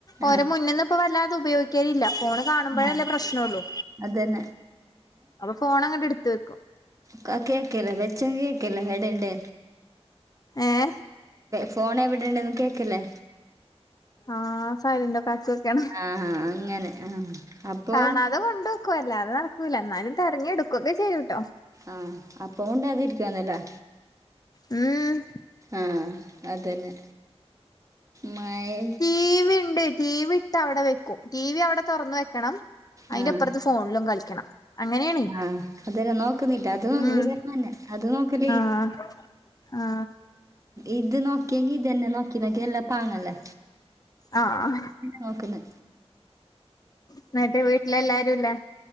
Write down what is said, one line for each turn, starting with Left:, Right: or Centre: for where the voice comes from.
Left: ഓര
Right: ആഹ്
Left: മുന്ന് ന്ന് ഇപ്പ വല്ലാതെ ഉപയോഗിക്കലില്ല ഫോൺ കാണുമ്പഴല്ലേ
Right: ആഹ്
Left: പ്രശ്ന ഒള്ളു
Right: അതന്നെ
Left: അപ്പൊ ഫോൺ അങ്ങട്ട് ഇട്ത്തു വെക്കും
Right: ക്കെ കേക്കേല്ല ബെച്ചൻ കേക്കേല്ല ഹടെ എണ്ട്
Left: ഏഹ്
Right: ഫോൺ എവിടെണ്ടെന്ന് കേക്കലെ
Left: ആഹ് സൈലൻ്റൊ ക്കാക്കി വെക്കണം.
Right: ആഹ് അങ്ങനെ ആഹ് അപ്പൊ
Left: കാണാതെ കൊണ്ട് വെക്കും അല്ലാതെ നടക്കൂല എന്നാലും തെരഞ്ഞെടു ക്കൊക്കെ ചെയ്യുട്ടോ
Right: ആഹ് അപ്പം മുണ്ടാതിരിക്കും എന്നില്ലെ.
Left: ഉം
Right: ആഹ് അതന്നെ മയ്
Left: ടി വി ഇണ്ട് ടി വി ഇട്ട് അവടെ വെക്കും ടി വി അവടെ തൊറന്ന് വെക്കണം അയിന്റെപ്പുറത്ത്
Right: ആഹ്
Left: ഫോ ൺലും കളിക്കണം അങ്ങനെയാണേ
Right: ആഹ് അതല് നോക്കുന്നില്ല അത് <unintelligible>
Left: ഉം
Right: ഈടിം അങ്ങതന്നെ അത് നോക്കലില്ല
Left: ആഹ് ആഹ്
Right: ഇത് നോക്കിയെങ്കി ഇതന്നെ നോക്കി നോക്കി ഇതല്ല പാങ്ങല്ലേ
Left: ആഹ്
Right: നോക്കുന്ന്
Left: ഇന്നട്ട് വീട്ട്ലെല്ലാരു ല്ലേ